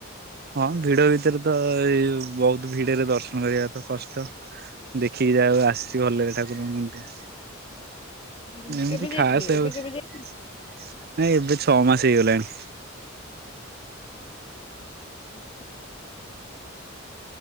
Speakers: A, on the right; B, on the left.
A: ହଁ ଭିଡ ଭିତରେ ତ ଏଇ ବହୁତ ଭିଡରେ ଦର୍ଶନ କରିବା ତ କଷ୍ଟ। ଦେଖିକି ଯାହା ହୋଉ ଆସିଛି ଭଲରେ ଠାକୁରଙ୍କ ମୁ
B: ଆଜ୍ଞା।
A: ଏମିତି
B: କେବେ ଯାଇଥିଲେ
A: ଖାସ ଆଉ
B: ଏବେ
A: ନାଇଁ
B: କେବେ ଯାଇଥିଲେ?
A: ଏବେ ଛଅ ମାସ ହେଇଗଲାଣି।
B: ଆଚ୍ଛା।